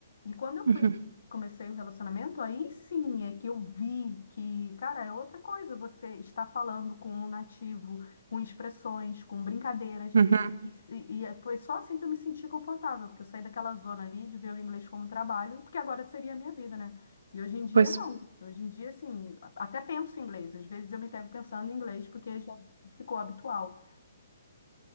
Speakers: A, on the left (about 70°); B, on the right (about 85°).
A: E quando eu
B: Uhum.
A: fui, comecei o relacionamento, aí sim é que eu vi que, cara, é outra coisa você está falando com um nativo, com expressões, com brincadeiras.
B: Uhum,
A: E, se- e é- foi só assim que eu me senti confortável, porque eu saí daquela zona ali de ver o inglês como trabalho, porque agora seria a minha vida, né? E hoje em dia,
B: pois,
A: não. Hoje em dia, assim, a- até penso em inglês. Às vezes eu me pego pensando em inglês, porque já ficou habitual.